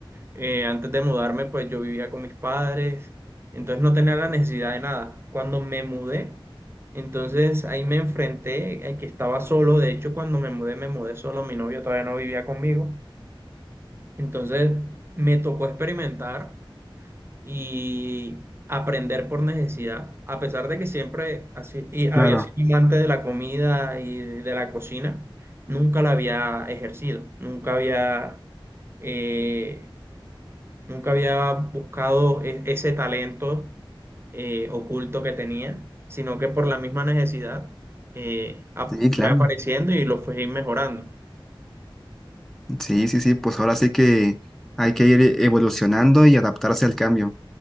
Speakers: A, on the right (about 25°); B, in the centre.
A: eh, antes de mudarme, pues yo vivía con mis padres, entonces no tenía la necesidad de nada. Cuando me mudé, entonces ahí me enfrenté a que estaba solo. De hecho, cuando me mudé, me mudé solo. Mi novio todavía no vivía conmigo. Entonces me tocó experimentar y aprender por necesidad, a pesar de que siempre así, y había
B: Claro.
A: sido amante de la comida y de la cocina, nunca la había ejercido, nunca había... eh, Nunca había buscado e- ese talento eh, oculto que tenía, sino que por la misma necesidad eh, ap-
B: Sí, claro.
A: fue apareciendo y lo fui mejorando.
B: Sí, sí, sí, pues ahora sí que hay que ir evolucionando y adaptarse al cambio.